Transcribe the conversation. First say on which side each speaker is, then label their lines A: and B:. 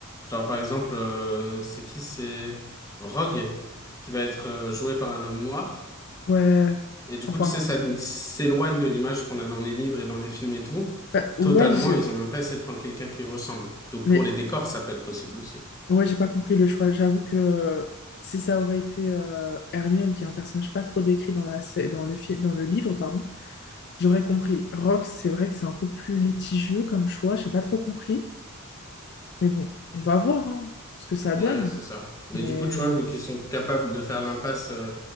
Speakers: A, on the left; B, on the left.
A: Genre, par exemple, euh, c'est qui? C'est Rogue, qui va être euh, joué par un homme noir.
B: Ouais,
A: Et du
B: enfin,
A: coup, tu sais, ça s'éloigne de l'image qu'on a dans les livres et dans les films et tout.
B: bah, ouais,
A: Totalement,
B: j'ai-
A: ils ont même pas essayé de prendre quelqu'un qui ressemble. Donc
B: mais
A: pour les décors, ça peut être possible aussi.
B: ouais, j'ai pas compris le choix. J'avoue que euh, si ça aurait été euh, Hermione, qui est un personnage pas trop décrit dans la, sé- dans le fi- dans le livre, pardon, j'aurais compris. Rox, c'est vrai que c'est un peu plus litigieux comme choix, j'ai pas trop compris. Mais bon, on va voir hein, ce que ça donne.
A: Ouais, c'est ça. Mais
B: Mais
A: du coup, tu
B: euh,
A: vois, vu qu'ils sont capables de faire l'impasse euh,